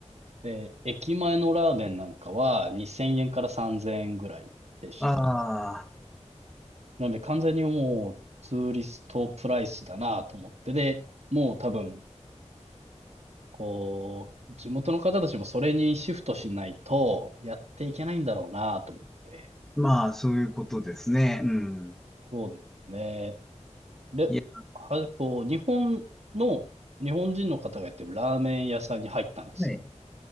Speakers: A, on the right (about 60°); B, in the centre.
A: で、駅前のラーメンなんかは2000円から3000円ぐらいでしたね。
B: あ、ああ、
A: なんで完全にもうツーリストプライスだなと思って、で、もう多分、こう、地元の方たちもそれにシフトしないとやっていけないんだろうなと思って、
B: まあ、そういうことですね。うん。
A: そうですね。れ、
B: いや、
A: は、こう、日本の、日本人の方がやってるラーメン屋さんに入ったんですよ。
B: はい。